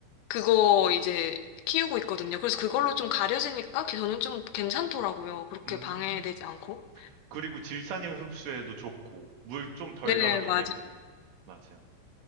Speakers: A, on the left (about 85°); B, on the right (about 75°).
A: 그거 이제 키우고 있거든요. 그래서 그걸로 좀 가려지니까 저는 좀 괜찮더라고요. 그렇게
B: 음,
A: 방해되지 않고.
B: 그리고 질산염 흡수에도 좋고, 물 좀 덜
A: 네,
B: 갈아도
A: 맞아요.
B: 되고. 맞아.